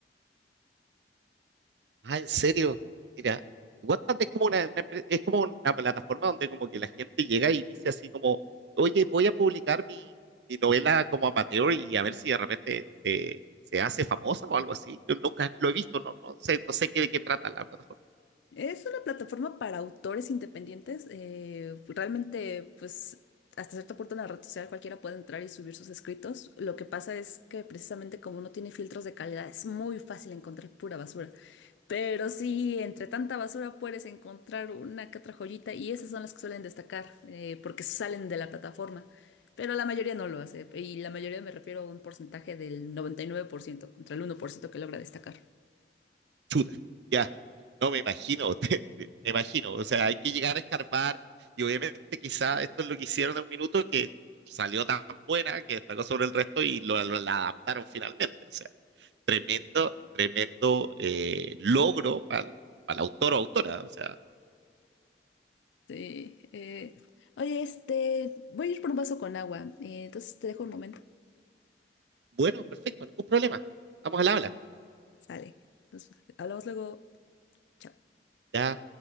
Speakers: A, on the right; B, on the left.
A: Ah, ¿en serio? Mira, WhatsApp es como una, una empre- es como una plataforma donde como que la gente llega y dice así como, oye, voy a publicar mi, mi novela como amateur y a ver si de repente se, se hace famosa o algo así. Yo nunca lo he visto, no, no sé, no sé qué, de qué trata la plataforma.
B: Es una plataforma para autores independientes. eh, realmente, pues, hasta cierto punto en la red social cualquiera puede entrar y subir sus escritos. Lo que pasa es que precisamente como no tiene filtros de calidad, es muy fácil encontrar pura basura. Pero sí, entre tanta basura puedes encontrar una que otra joyita y esas son las que suelen destacar eh, porque salen de la plataforma. Pero la mayoría no lo hace y la mayoría me refiero a un porcentaje del 99% contra el uno por ciento que logra destacar.
A: Chuta, ya, no me imagino, <laughs> te- te- me imagino. O sea, hay que llegar a escarbar y obviamente quizá esto es lo que hicieron en un minuto que salió tan buena que destacó sobre el resto y lo, lo- la adaptaron finalmente. O sea. tremendo, tremendo eh, logro para el, para el autor o autora. O sea,
B: Sí, eh, oye, este, voy a ir por un vaso con agua. eh, entonces te dejo un momento.
A: bueno, perfecto, ningún problema. Estamos al habla.
B: Sale. Nos hablamos luego. Chao.
A: Ya